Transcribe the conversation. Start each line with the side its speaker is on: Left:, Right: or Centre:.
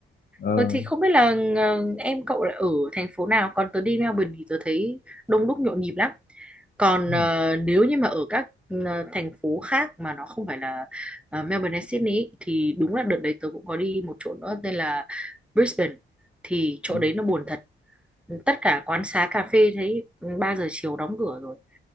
Left: ờ
Centre: Ờ, thì không biết là ờ, em cậu là ở thành phố nào còn tớ đi Melbourne thì tớ thấy đông đúc nhộn nhịp lắm còn
Left: thế
Centre: ờ,
Left: hả?
Centre: nếu như mà ở các ờ, thành phố khác mà nó không phải là ờ, Melbourne hay Sydney ý, thì đúng là đợt đấy tớ cũng có đi một chỗ nữa tên là Brisbane thì chỗ
Left: Ừ.
Centre: đấy nó buồn thật tất cả quán xá cà phê thấy 3 giờ chiều đóng cửa rồi